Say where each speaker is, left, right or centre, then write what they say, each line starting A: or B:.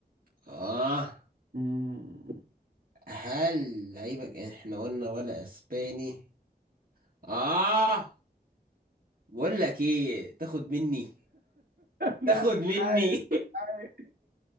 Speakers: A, on the right (about 60°); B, on the right (about 85°).
A: اه
B: <laughs> مم.
A: هل لعيبك يعني احنا قلنا ولا اسباني اه بقول لك ايه تاخد مني
B: لا
A: تاخد مني
B: مش عايز عايز.